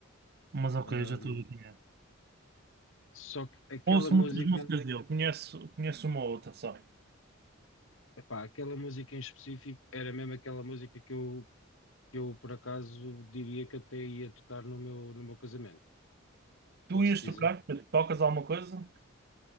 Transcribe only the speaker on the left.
Ahm,
só que aquela
música,
epá, aquela música em específico era mesmo aquela música que eu, que eu por acaso diria que até ia tocar no meu, no meu casamento,
posso
dizer.